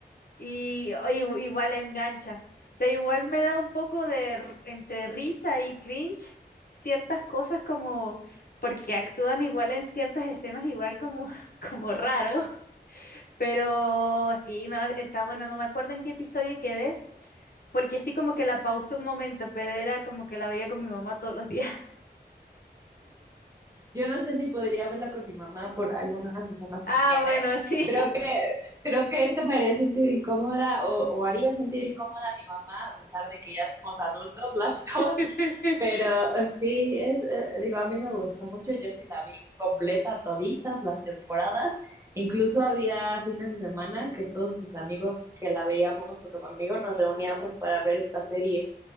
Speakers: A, on the left; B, on the right.
A: y, y- igual engancha. O sea, igual me da un poco de r- entre risa y cringe ciertas cosas como porque actúan igual en ciertas escenas igual como <laughs> como raro, pero sí, no, está buena, no me acuerdo en qué episodio quedé. Porque sí, como que la pausé un momento, pero era como que la veía con mi mamá todos los días. <laughs>
B: Yo no sé si podría verla con mi mamá por algunas escenas
A: Ah,
B: que tiene.
A: bueno, sí.
B: creo Creo que esto me haría sentir incómoda o, o haría sentir incómoda a mi mamá, a pesar de que ya somos adultos <laughs> las dos,
A: <laughs>
B: pero eh, sí, es, eh, digo, a mí me gustó mucho, yo sí la vi completa, toditas las temporadas, incluso había fines de semana que todos mis amigos que la veíamos junto conmigo nos reuníamos para ver esta serie